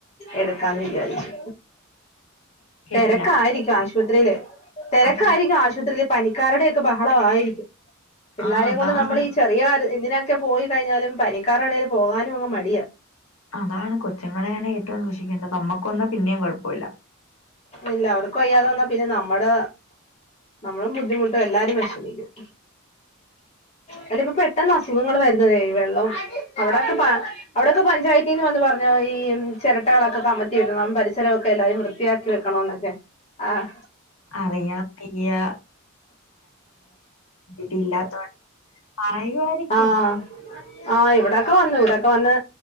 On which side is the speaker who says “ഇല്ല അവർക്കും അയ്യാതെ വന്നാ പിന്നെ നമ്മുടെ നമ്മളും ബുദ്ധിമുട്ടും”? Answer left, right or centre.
Left